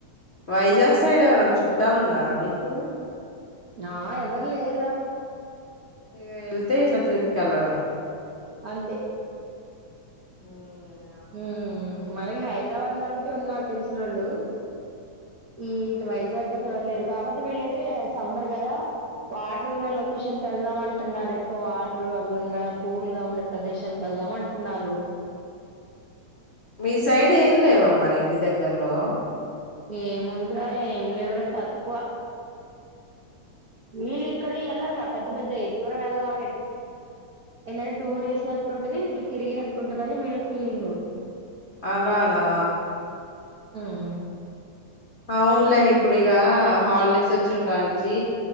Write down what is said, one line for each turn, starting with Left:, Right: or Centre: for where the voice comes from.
Left: వైజాగ్ సైడ్ ఎవరన్నా చుట్టాలు ఉన్నార రా మీకు
Right: ఆ ఎవరు లేరు రా
Left: ఇగ వెళ్తే ఇట్లా ట్రిప్ కి వెళ్ళడమే
Right: అంతే
Left: ఉ
Right: ఉ మనకి హైదరాబాద్ లో అంటే ఉన్నారు తెలిసినోళ్ళు ఈది వైజాగ్ అతే ఎవరు లేరు కాబట్టి వీళ్ళయితే సంబర్ కదా, వాటర్ ఉన్న లొకేషన్ కి వెళ్దామ అంటున్నారు ఎక్కువ వాటర్ అవి ఉన్న కూల్ గా ఉండే ప్రదేశానికి వెళ్దామ అంటున్నారు.
Left: మీ సైడ్ ఏం లేవా మరి ఇంటి దగ్గర్లో
Right: ఏముందిరా ఏం లేవరా తక్కువ వీళ్ళు ఇక్కడికి వెళ్లరు కదా పెద్ద పెద్ద దూరం వెళ్దాం అని టూర్ వేసినట్టు ఉంటది, ఇట్లా తిరిగినట్టు ఉంటది అని వీళ్ళ ఫీలింగ్
Left: అలానా
Right: ఉ
Left: అవునులే ఇప్పుడు ఇక హాలిడేస్ వచ్చిన కాంచి